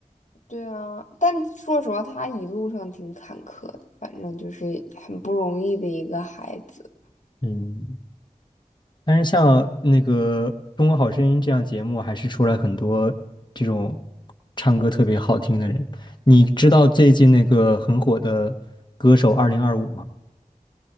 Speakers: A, on the left; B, on the left.
A: 对啊，但说实话，他一路上挺坎坷的，反正就是很不容易的一个孩子。
B: 嗯，但是像那个《中国好声音》这样节目，还是出来很多这种唱歌特别好听的人。你知道最近那个很火的歌手二零二五吗？